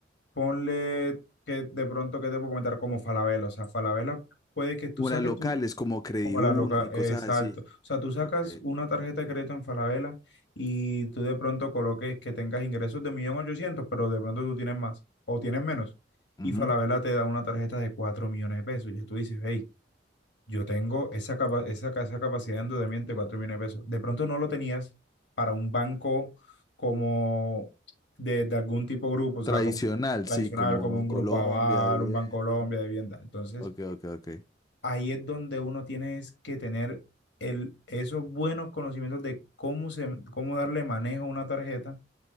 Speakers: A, on the left; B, on the left.
A: ponle que de pronto, ¿qué te puedo comentar? Como Falabella. O sea, Falabella puede que tú
B: Como
A: saques
B: las locales,
A: tu,
B: como Crediuno
A: como la loca,
B: y cosas
A: exacto.
B: así.
A: O sea, tú sacas
B: Ok.
A: una tarjeta de crédito en Falabella y tú de pronto coloques que tengas ingresos de 1.800.000, pero de pronto tú tienes más o tienes menos.
B: Ujú.
A: Y Falabella te da una tarjeta de 4 millones de pesos. Ya tú dices, hey, yo tengo esa, capa- esa, ca- esa capacidad de endeudamiento de 4 millones de pesos. De pronto no lo tenías para un banco como de, de algún tipo de grupo, o sea,
B: Tradicional,
A: como tradicional,
B: sí, como
A: como
B: en
A: un
B: Colombia,
A: Grupo Aval,
B: vivienda.
A: un Banco Colombia, de vivienda. Entonces,
B: Ok, ok, ok.
A: ahí es donde uno tiene es que tener el, esos buenos conocimientos de cómo, se, cómo darle manejo a una tarjeta